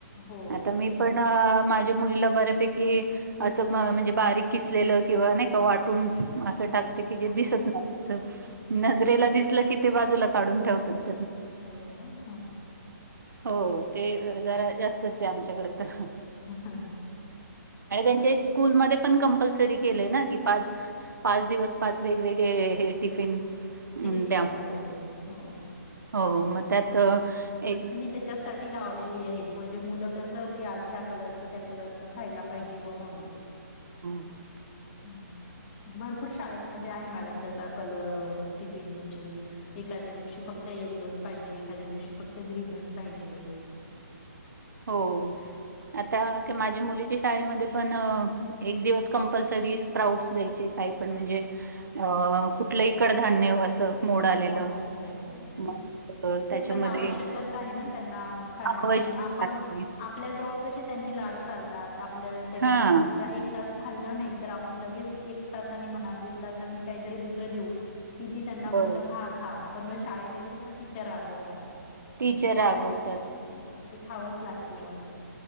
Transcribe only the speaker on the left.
हो.
हो.
दिसत
नाही.
हाॅलो हं हं.
हां हां.
टिफिन
पाहिजेच हो.
त्यांच्यासाठी लावलेली आहेतं म्हणजे मुलं कसं की आजं ह्या कलरच त्यां कलरचं खांयलां पाहिजे बाॅ म्हणूंन.
हम्मं <unintelligible> भरंपूर शाळेमंध्ये आहे मॅडम तसां कलर टिफिनं चे एखाद्यां दिवंशी फक्तं येल्लोचं पाहिजे एखाद्यां दिवंशी फक्तं ग्रीनचं पाहिजे
हो नां हो मोळं आलें
आंची
ते पणं आवश्यंकचं आहे नां त्यांना खाणं
आणि आपणं
आपल्यां जवळं कशी त्यांची लाडं चालतांत आपल्यांला त्यांनी
जर समंजा एक एक तांस खाल्लं नाहीं तरं आपणं लगेचं एक तासांनी म्हणां किंवा दीड तासांनी कांहीतरी दुसरं देऊं किती त्यांना म्हं
हां पणं मंग शाळेमंध्ये कसं टीचर रांगवतांत
म्हणे
खायचं ते अ ते खावांचं लागते मंग